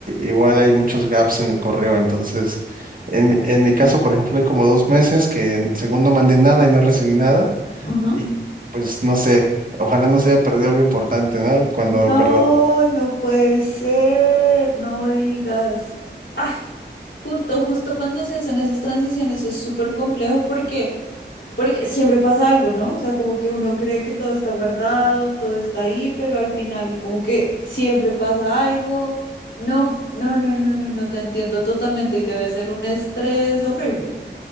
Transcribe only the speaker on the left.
Ujú.
No,
no puede ser, no digas. Ah, justo, justo cuando se hacen esas transiciones es súper complejo porque, porque siempre pasa algo, ¿no? O sea, como que uno cree que todo está guardado, todo está ahí, pero al final como que siempre pasa algo. No, no, no, no, no, no, te entiendo totalmente y debe ser un estrés horrible.